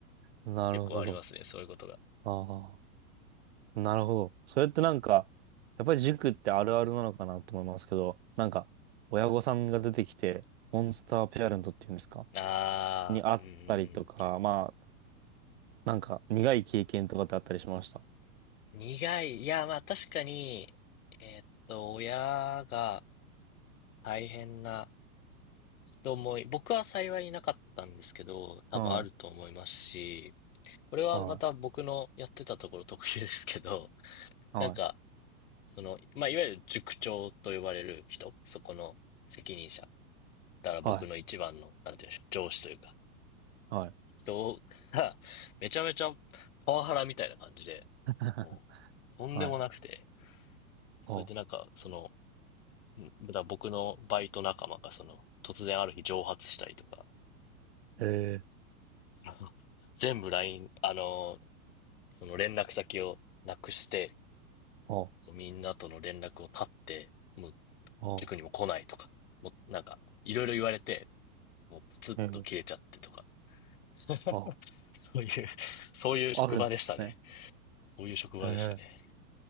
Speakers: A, on the right (about 45°); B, on the left (about 60°).
A: なるほど。
B: 結構ありますね、そういうことが。
A: ああ、なるほど。それってなんか、やっぱり塾ってあるあるなのかなと思いますけど、なんか、親御さんが出てきて、モンスターペアレントっていうんですか
B: ああ、
A: にあったりとか、
B: うんうんう
A: まあ、なんか、苦い経験とかってあったりしました。
B: ん。苦い。いや、まあ確かに、えーっと、親が大変な人もい、僕は幸いなかったんですけど、多分あると思いますし、
A: は
B: これはまた僕のやってたところ特有ですけど、
A: い、はい、
B: なんか、
A: はい、
B: その、まあ、いわゆる塾長と呼ばれる人、そこの責任者。だから僕の一番の、
A: は
B: なんて言うんでしょう、上司というか、
A: い、はい、
B: 人が、<laughs> めちゃめちゃパワハラみたいな感じで、
A: <laughs>
B: もう、とんでもなくて、
A: はい、
B: それでなんか、
A: あ、
B: その、んだから僕のバイト仲間が、その、突然ある日蒸発したりとか、
A: へえ、
B: その全部ラインあの、その連絡先をなくして、
A: あ、
B: みんなとの連絡を絶って、もう
A: あ、
B: 塾にも来ないとか、もうなんか、いろいろ言われて、もうプツッと切れちゃってとか。
A: ええ、
B: <laughs> そ
A: あ、
B: ういう、そういう職場でしたね。
A: あるんですね。
B: そういう職場でしたね。
A: ええ